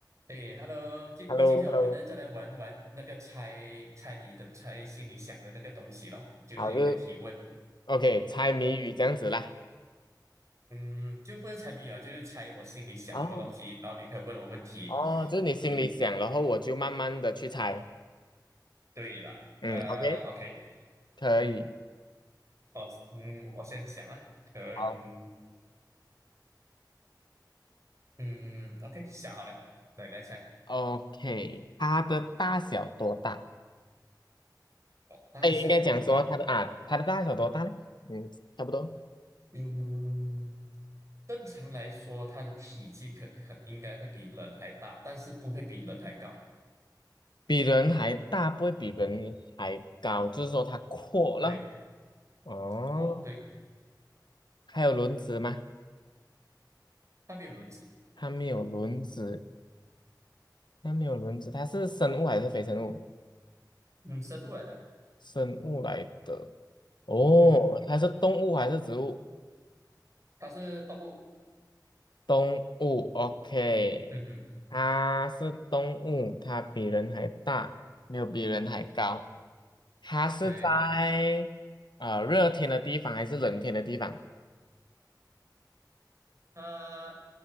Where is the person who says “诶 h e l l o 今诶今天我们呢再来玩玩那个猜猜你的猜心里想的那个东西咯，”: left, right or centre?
Right